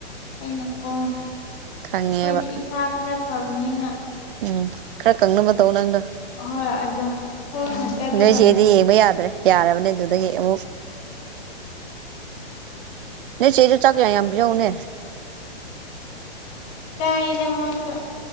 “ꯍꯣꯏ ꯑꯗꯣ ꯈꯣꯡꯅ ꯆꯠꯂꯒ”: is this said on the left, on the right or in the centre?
Left